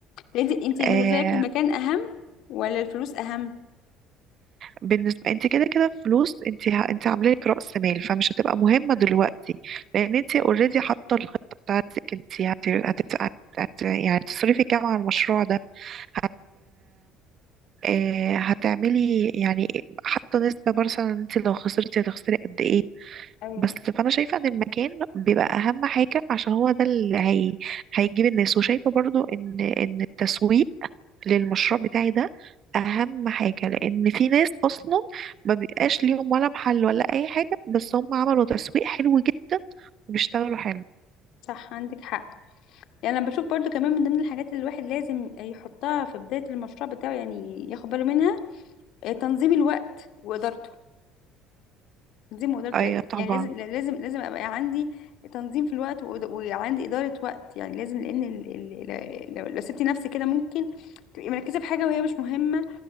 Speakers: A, on the left (about 60°); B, on the right (about 50°).
A: انت انت بالنسبه
B: آه
A: لك المكان اهم ولا الفلوس اهم
B: بالنسبة انت كده كده فلوس انت ه... انت عامله لك رأس مال فمش هتبقى مهمة دلوقتي لان انت اوريدي حاطة الخطة بتاعتك انت هت... هتت... هت... هت... يعني تصرفي كام على المشروع ده هت... آه، هتعملي يعني حاطة نسبة مثلا انت لو خسرتي هتخسري قد ايه
A: ايوه
B: بس فانا شايفه ان المكان بيبقى اهم حاجه عشان هو ده اللي هي... هيجيب الناس وشايفه برضو ان ان التسويق للمشروع بتاعي ده اهم حاجه لان في ناس اصلا ما بيبقاش ليهم ولا محل ولا اي حاجه بس هم عملوا تسويق حلو جدا وبيشتغلوا حلو
A: صح عندك حق يعني انا بشوف برضو كمان من ضمن الحاجات اللي الواحد لازم يحطها في بداية المشروع بتاعه يعني ياخد باله منها آه، تنظيم الوقت وادارته تنظيم وادارته
B: ايوه طبعا
A: يعني لازم يعني لازم لازم ابقى عندي تنظيم في الوقت وإد- وعندي ادارة وقت يعني لازم لان ال... ال... ال- لو لو سبتي نفسك كده ممكن تبقي مركزة في حاجة وهي مش مهمة